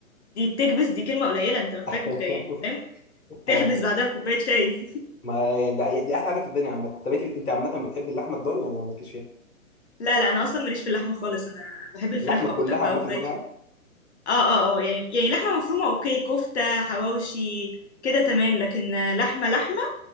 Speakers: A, on the left (about 50°); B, on the left (about 85°).
A: دي بتكبس دي كلمه قليله انت محتاج
B: <laughs>
A: يعني فاهم تحبس
B: انا
A: بعدها بكوبايه شاي
B: ما يعني ده دي احلى حاجه في الدنيا عامه طب انت انت عامه بتحب اللحمه الضاني ولا مالكيش فيها
A: <laughs> لا لا انا اصلا ماليش في اللحمه خالص انا بحب الفراخ
B: اللحمه
A: اكتر
B: كلها
A: بقى
B: عامه
A: وفرايد
B: بوجه
A: تشيكن
B: عام
A: اه اه اه يعني يعني لحمة مفرومة اوكي كفتة حواوشي كده تمام لكن آه، لحمة لحمة